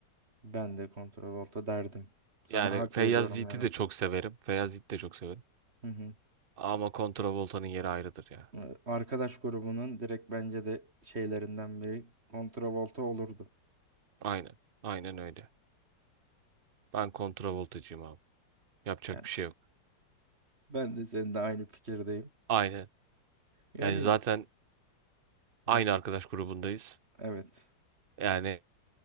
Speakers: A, on the right; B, on the right.
A: ben de kontrol olta derdim. Sana
B: Yani
A: hak
B: Feyyaz
A: veriyorum
B: Yiğit'i
A: yani.
B: de çok severim. Feyyaz Yiğit'i de çok severim.
A: Hı hı.
B: Ama Volta'nın yeri ayrıdır ya.
A: Ee, Arkadaş grubunun direkt bence de şeylerinden biri Volta olurdu.
B: Aynen. Aynen öyle. Ben Voltacıyım abi. Yapacak
A: Yani
B: bir şey yok.
A: ben de seninle aynı fikirdeyim.
B: Aynen.
A: Yani
B: Yani zaten
A: neyse,
B: aynı arkadaş grubundayız.
A: evet.
B: Yani